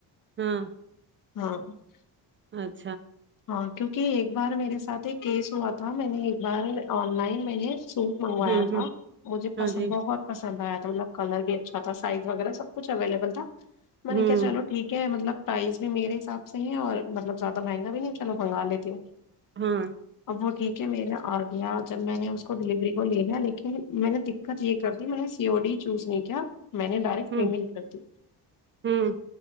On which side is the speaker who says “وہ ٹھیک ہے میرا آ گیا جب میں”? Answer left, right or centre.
Left